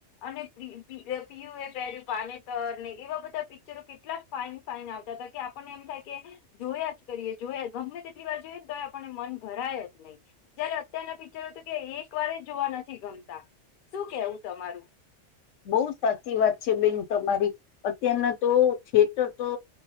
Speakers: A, on the left (about 60°); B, on the left (about 85°).
A: અને પીયુ એ પહેર્યું પાનેતર ને એવા બધા પિક્ચરો કેટલા ફાઇન ફાાઈન આવતા હતા કે આપણને એમ થાય કે જોયા જ કરીએ જોયા ગમે તેટલી વાર જોય ને તો આપણને મન ભરાય જ નહીં જયારે અત્યારના પિક્ચરો કે એક વાર જોવા નથી ગમતા શું કેવું તમારું
B: બહુ સાચી વાત છે બેન તમારી અત્યારના તો થિયેટર તો